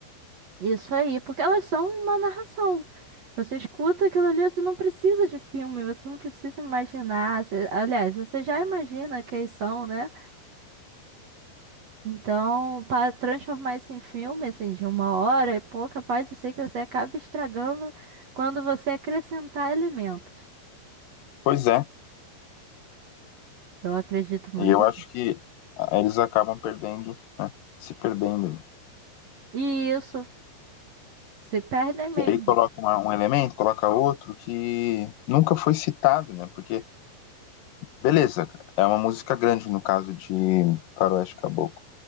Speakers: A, on the right; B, on the left.
A: Isso aí, porque elas são uma narração. Você escuta aquilo ali, você não precisa de filme, você não precisa imaginar. você- aliás, você já imagina quem são, né? Então, para transformar isso em filme, assim, de uma hora e pouca, pode ser que você acabe estragando quando você acrescentar elementos.
B: Pois é.
A: Eu acredito muito
B: E eu acho
A: nisso.
B: que ah, eles acabam perdendo, né? Se perdendo ali.
A: E isso, se perdem mesmo.
B: Que aí coloca uma- um elemento, coloca outro que nunca foi citado, né? Porque, beleza, é uma música grande no caso de Faroeste Caboclo.